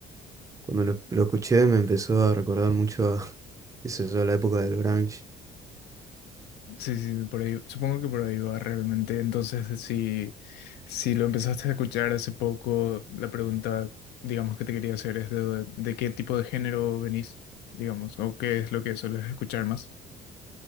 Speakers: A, on the right (about 20°); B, on the left (about 75°).
A: Cuando lo, lo escuché me empezó a recordar mucho a, <laughs> qué sé yo, la época del grunge.
B: Sí, sí, por ahí, supongo que por ahí va realmente. Entonces, si, si lo empezaste a escuchar hace poco, la pregunta, digamos, que te quería hacer es de, de qué tipo de género venís, digamos, o qué es lo que sueles escuchar más.